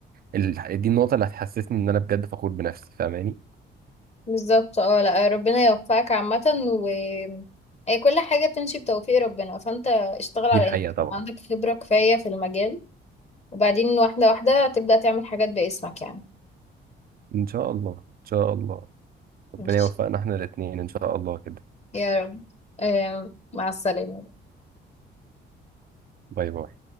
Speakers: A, on the right; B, on the left.
A: ال- دي النقطه اللي هتحسسني ان انا بجد فخور بنفسي فاهماني
B: بالظبط اه لا ربنا يوفقك عامة و أي كل حاجة بتمشي بتوفيق ربنا فانت اشتغل على
A: دي حقيقه
B: انك
A: طبعا
B: عندك خبرة كفاية في المجال وبعدين واحدة واحدة تبدأ تعمل حاجات باسمك يعني
A: ان شاء الله ان شاء الله ربنا
B: ماشي
A: يوفقنا احنا الاثنين ان شاء الله كده
B: يا رب آم، مع السلامة
A: باي باي